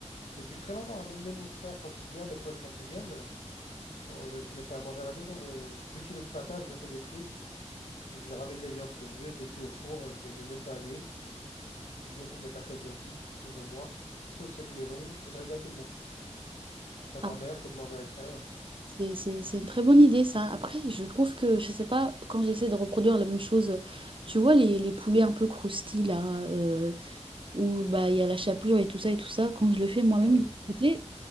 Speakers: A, on the left; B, on the right.
A: Depuis très longtemps, hein, même, même mon frère, quand il vient, mes potes, quand ils viennent, euh, je me fais à manger à la maison. euh, deux kilos de patates, je me fais des frites. Je ramène les viandes que je veux, je les cuis au four, je les mets même pas à l'huile. Je me fais mes tacos healthy, plus ou moins. Sauce faite maison, et je régale tout le monde. C'est encore
B: Ah,
A: meilleur que de manger à l'extérieur.
B: c'est c'est- c'est une très bonne idée, ça. Après, je trouve que, je sais pas, quand j'essaie de reproduire la même chose, tu vois, les, les poulets un peu croustillés, là, euh, où bah, il y a la chapelure et tout ça, et tout ça, quand je le fais moi-même
A: Oui.
B: de mon côté,